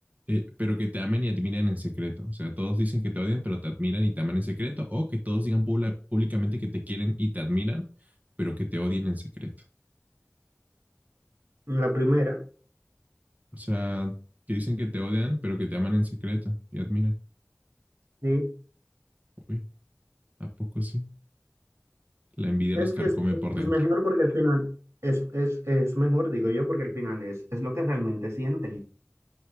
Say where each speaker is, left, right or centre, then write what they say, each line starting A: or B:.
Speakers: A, on the right (about 35°); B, on the right (about 85°).
A: eh, pero que te amen y admiren en secreto. O sea, todos dicen que te odian, pero te admiran y te aman en secreto. O que todos digan pula- públicamente que te quieren y te admiran, pero que te odian en secreto.
B: La primera,
A: O sea, que dicen que te odian, pero que te aman en secreto y admiran.
B: sí,
A: Uy, ¿a poco sí? La envidia
B: Es
A: los carcome
B: que es,
A: por dentro.
B: es mejor porque al final, es, es, es mejor, digo yo, porque al final es, es lo que realmente sienten.